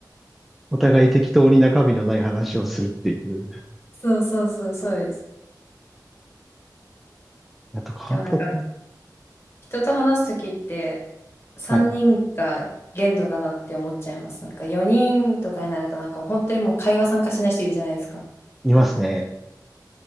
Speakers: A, in the centre; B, on the left.
A: お互い適当に中身のない話をするっていう。
B: そうそうそう、そうです。
A: やっと変わったと思う。
B: でもなんか、人と話すときって3人が限度だなって思っちゃいます。
A: はい。
B: なんか4人とかになるとなんかもう本当にもう会話参加しない人いるじゃないですか。
A: いますね。